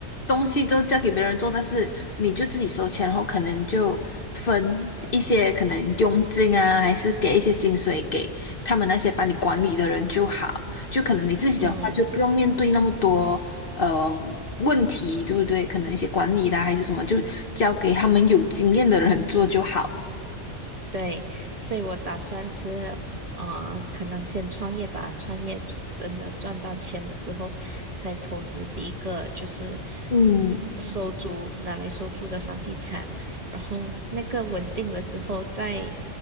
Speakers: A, on the left (about 50°); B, on the right (about 30°).
A: 东西都交给别人做，但是你就自己收钱，然后可能就分一些可能佣金啊，还是给一些薪水给他们那些帮你管理的人就好，就可能你自己的话就不用面对那么多呃问题，
B: 嗯。
A: 对不对？可能一些管理啦还是什么，就交给他们有经验的人做就好。
B: 对，所以我打算是，啊，可能先创业吧，创业就真的赚到钱了之后，才投资第一个就是
A: 嗯。
B: 嗯收租，拿来收租的房地产，然后那个稳定了之后，再